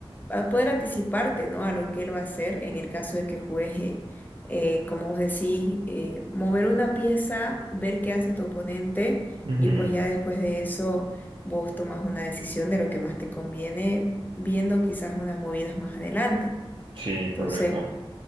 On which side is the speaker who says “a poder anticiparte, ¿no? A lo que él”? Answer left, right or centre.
Left